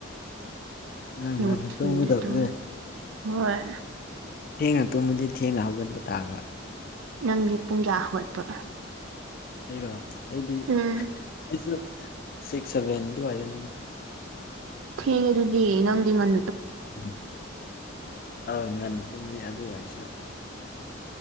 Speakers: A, on the left; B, on the right.
A: ꯉꯟ
B: ꯅꯨꯡꯊꯤꯜꯗꯤ
A: ꯉꯟꯅ ꯇꯨꯝꯒꯗꯕꯅꯦ
B: ꯇꯨꯝꯗꯦ ꯍꯣꯏ
A: ꯊꯦꯡꯅ ꯇꯨꯝꯕꯗꯤ ꯊꯦꯡꯅ ꯍꯧꯒꯠꯄ ꯇꯥꯕ
B: ꯅꯪꯗꯤ ꯄꯨꯡ ꯀꯌꯥ ꯍꯧꯒꯠꯄ
A: ꯑꯩꯔꯣ ꯑꯩꯗꯤ
B: ꯎꯝ
A: ꯑꯩꯁꯨ ꯁꯤꯛꯁ ꯁꯦꯚꯦꯟ ꯑꯗꯨꯋꯥꯏꯗꯅꯤꯗ
B: ꯊꯦꯡꯉꯦ ꯑꯗꯨꯗꯤ ꯅꯪꯗꯤ ꯉꯟ
A: ꯎꯝ ꯑꯧ ꯉꯟꯅ ꯇꯨꯝꯃꯤ ꯑꯗꯨ ꯑꯣꯏꯔꯁꯨ